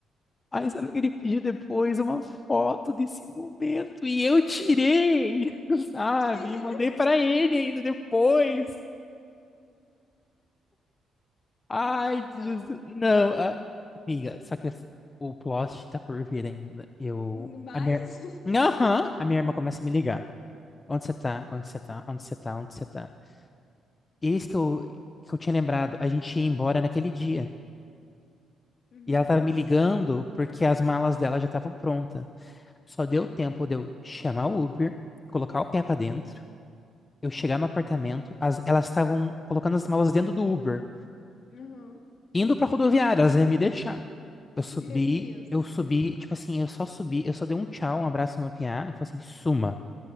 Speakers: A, on the left; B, on the left.
A: Ai, sabe o que ele pediu depois? Uma foto desse momento. E eu tirei, <laughs> sabe?
B: Tira.
A: E mandei pra ele ainda depois. Ai,
B: Ah, não.
A: Jesus. Não, a- amiga, só que essa- o plot tá por vir ainda. Eu,
B: Mais?
A: a minha...
B: <laughs>
A: Aham, a minha irmã começa a me ligar. Onde você tá? Onde você tá? Onde você tá? Onde você tá? Eis que eu, que eu tinha lembrado, a gente ia embora naquele dia.
B: Uhum.
A: E ela tava me ligando porque as malas dela já estavam prontas. Só deu tempo de eu chamar o Uber, colocar o pé pra dentro, eu chegar no apartamento, as- elas estavam colocando as malas dentro do Uber,
B: Uhum.
A: indo pra rodoviária, elas iam me deixar. Eu subi,
B: Meu Deus.
A: eu
B: do céu.
A: subi, tipo assim, eu só subi, eu só dei um tchau, um abraço no PA, e falei assim, suma.